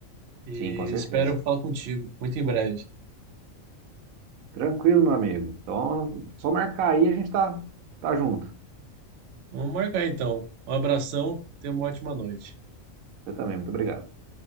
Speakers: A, on the right; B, on the right.
A: e
B: Sim, com certeza.
A: espero falar contigo muito em breve.
B: Tranquilo, meu amigo. Então, só marcar aí, a gente tá, tá junto.
A: Vamos marcar então. Um abração, tenha uma ótima noite.
B: Você também, muito obrigado.